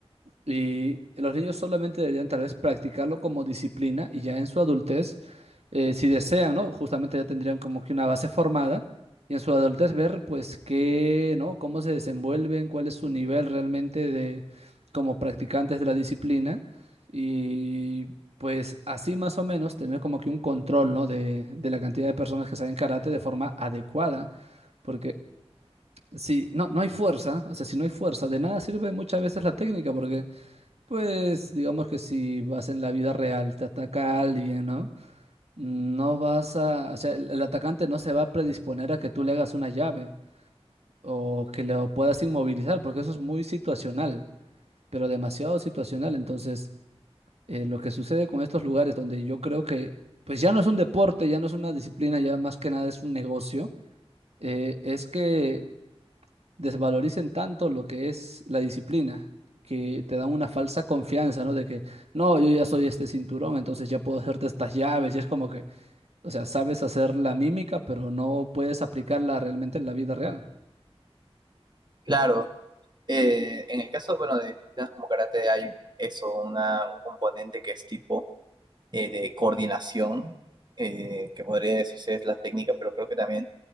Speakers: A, on the right; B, on the right.
A: Y los niños solamente deberían tal vez practicarlo como disciplina y ya en su adultez, eh, si desean, ¿no? Justamente ya tendrían como que una base formada y en su adultez ver pues qué, ¿no? Cómo se desenvuelven, cuál es su nivel realmente de como practicantes de la disciplina y pues así más o menos tener como que un control, ¿no? De, de la cantidad de personas que saben karate de forma adecuada, porque si no, no hay fuerza, o sea, si no hay fuerza, de nada sirve muchas veces la técnica porque... Pues digamos que si vas en la vida real, te ataca alguien, ¿no? No vas a, o sea, el el atacante no se va a predisponer a que tú le hagas una llave o que lo puedas inmovilizar, porque eso es muy situacional, pero demasiado situacional. Entonces, eh, lo que sucede con estos lugares donde yo creo que, pues ya no es un deporte, ya no es una disciplina, ya más que nada es un negocio, eh, es que desvaloricen tanto lo que es la disciplina, que te dan una falsa confianza, ¿no? De que, no, yo ya soy este cinturón, entonces ya puedo hacerte estas llaves, y es como que, o sea, sabes hacer la mímica, pero no puedes aplicarla realmente en la vida real.
B: Claro, eh, en el caso, bueno, de disciplinas como karate hay eso, una, un componente que es tipo eh, de coordinación, eh, que podría decirse es la técnica, pero creo que también